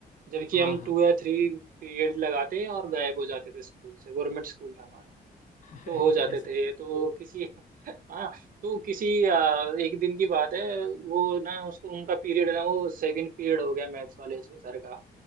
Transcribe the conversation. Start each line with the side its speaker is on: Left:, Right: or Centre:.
Right: जबकि
Left: हाँ
Right: हम
Left: हाँ
Right: टू या थ्री पीरियड लगाते और गायब हो जाते थे स्कूल से गवर्नमेंट स्कूल था हमारा
Left: <laughs>
Right: तो हो जाते
Left: ऐसा
Right: थे तो किसी <laughs> हाँ तो किसी अ, एक दिन की बात है वो ना उसको उनका पीरियड ना वो सेकंड पीरियड हो गया मैथ्स वाले सर का